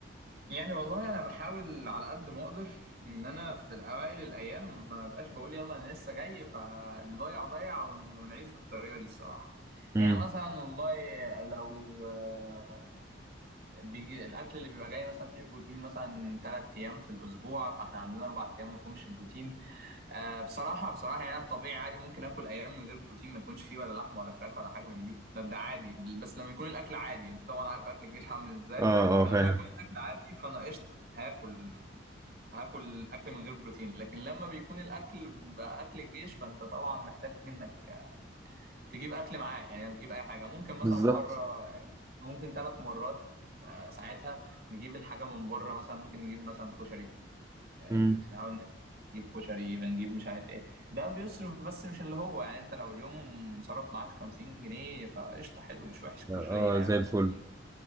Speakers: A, on the right (about 50°); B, on the right (about 15°).
A: يعني والله انا بحاول على قد ما اقدر ان انا في الاوائل الايام ما بقاش بقول يلا انا لسه جاي فاللي ضيع ضيع ون- ونعيش بالطريقه دي الصراحه
B: امم
A: يعني مثلا والله لو آه، بيجي الاكل اللي بيبقى جاي مثلا فيه بروتين مثلا ثلاث ايام في الاسبوع فاحنا عندنا اربع ايام ما فيهمش بروتين آه بصراحة بصراحة يعني أنا الطبيعي عادي ممكن آكل أيام من غير بروتين ما يكونش فيه ولا لحمة ولا فراخ ولا حاجة من دي ده ده عادي بس لما يكون الأكل عادي أنت طبعا عارف أكل الجيش عامل إزاي
B: اه
A: فلما
B: اه فاهم
A: يكون الأكل عادي فأنا قشطة هاكل هاكل أكل من غير بروتين لكن لما بيكون الأكل بقى أكل الجيش فأنت طبعا محتاج إنك تجيب أكل معاه يعني تجيب أي حاجة ممكن مثلا
B: بالظبط
A: مرة ممكن ثلاث مرات آه، ساعتها نجيب الحاجة من بره مثلا ممكن نجيب مثلا كشري
B: امم
A: نحاول نجيب كشري بنجيب مش عارف ايه ده بيصرف بس مش اللي هو يعني انت لو اليوم صرف معاك 50 جنيه فقشطة حلو مش وحش كشري
B: اه
A: هيعمل
B: زي الفل
A: 50